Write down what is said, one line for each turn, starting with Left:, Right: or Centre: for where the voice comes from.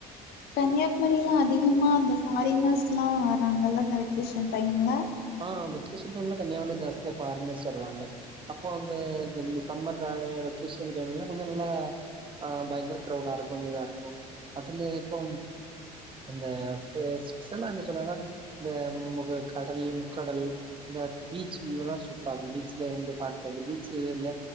Left: கன்னியாகுமரிலாம் அதிகமா அந்த பாரினஸ் லாம் வராங்கல்ல இந்த வெக்கேஷன் டைம்ல
Right: ஆஹ் வெகேஷன் டைம் கன்னியாகர் ஜாஸ்தியா பாரினர்ஸ் வருவாங்க அப்போ அந்த சம்மர் வெகேஷன் டைம்லாம் கொஞ்சம் நல்லா ஆஹ் பயங்கர க்ரௌடா இருக்கும் இதா இருக்கும் அதுல இப்போ என்ன சொல்லன்னா இந்த முக்கடல் கடல் இந்த பீச் வியூல்லாம் சூப்பர் ஆகும் பீச்ல வந்து பாக்குறது பீச்சல